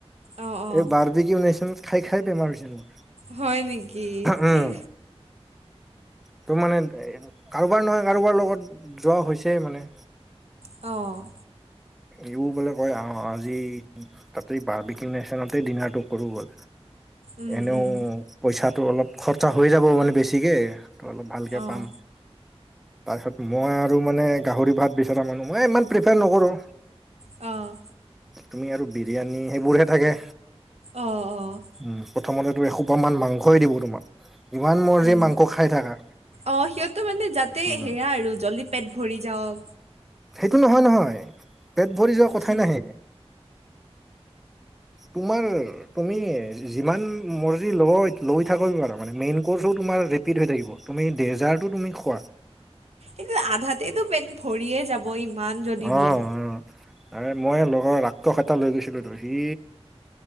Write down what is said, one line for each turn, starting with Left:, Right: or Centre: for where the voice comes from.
Right: অঁ অঁ
Centre: এই বাৰ্বি কিউ নেশ্যন খাই খাই বেমাৰ হৈছে মোৰ।
Right: হয় নেকি?
Centre: উম
Right: সেই
Centre: ত' মানে কাৰোবাৰ নহয় কাৰোবাৰ লগত যোৱা হৈছেই মানে।
Right: অ
Centre: ইও বোলে কয় আহ আজি তাতেই বাৰ্বি কিউ নেশ্যনতেই ডিনাৰটো কৰো বল
Right: উম
Centre: এনেও
Right: উম
Centre: পইচাটো অলপ খৰচা হৈ যাব মানে বেছিকে ত অলপ ভালকৈ
Right: অঁ
Centre: পাম। তাৰপিছত মই আৰু মানে গাহৰি ভাত বিচৰা মানুহ, মই ইমান প্ৰিফাৰ নকৰোঁ।
Right: অঁ
Centre: তুমি আৰু বিৰিয়ানী সেইবোৰহে থাকে।
Right: অঁ অঁ
Centre: ওম প্ৰথমতেতো এসোপামান মাংসই দিব তোমাক। ইমান মৰ্জি
Right: উম
Centre: মাংস খাই থাকা
Right: অ সিহঁতে মানে যাতে
Centre: উম,
Right: হেয়া আৰু জল্দি পেট, ভৰি যাওঁক।
Centre: সেইটো নহয় নহয় পেট, ভৰি যোৱা কথাই
Right: কি
Centre: নাহে। তোমাৰ তুমি যিমান মৰ্জি ল লৈ থাক পাৰা মানে মেইন কৰ্চো তোমাৰ ৰিপিট হৈ থাকিব। তুমি ডেজাৰ্টটো তুমি খোৱা।
Right: কিন্তু আধাতেইতটো পেট, ভৰিয়ে যাব ইমান যদি
Centre: অ',
Right: দিয়ে।
Centre: অ', মই লগৰ ৰাক্ষস এটা লৈ গৈছিলো তো সি